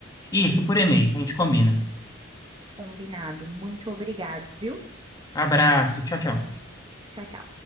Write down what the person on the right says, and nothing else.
Combinado. Muito obrigado, viu?
Tchau, tchau.